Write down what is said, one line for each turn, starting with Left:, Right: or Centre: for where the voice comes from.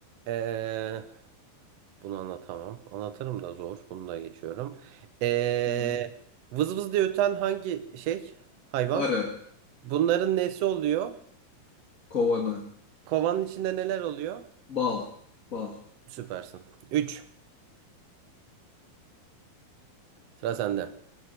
Right: Ee, bunu anlatamam. Anlatırım da zor. Bunu da geçiyorum. Ee,
Left: Hı-hı.
Right: vız vız diye öten hangi şey? Hayvan.
Left: Arı.
Right: Bunların nesi oluyor?
Left: Kovanı.
Right: Kovanın içinde neler oluyor?
Left: Bal. Bal.
Right: Süpersin. Üç. Sıra sende.